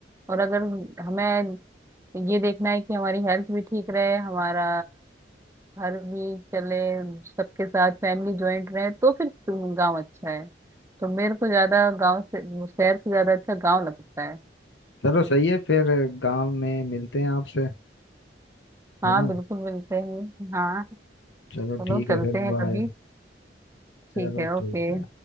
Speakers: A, on the right; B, on the left.
A: और अगर हमें ये देखना है कि हमारी हेल्थ भी ठीक रहे हमारा घर भी चले सबके साथ फैमिली ज्वाइंट रहे तो फिर गांव अच्छा है तो मेरे को ज्यादा गांव से शहर से ज्यादा अच्छा गांव लगता है
B: चलो सही है फिर गांव में मिलते हैं आपसे
A: हाँ
B: है ना
A: बिल्कुल मिलते हैं हाँ
B: चलो
A: चलो
B: ठीक
A: चलते
B: है फिर
A: हैं
B: बाय
A: कभी
B: चलो
A: ठीक है ओके
B: ठीक है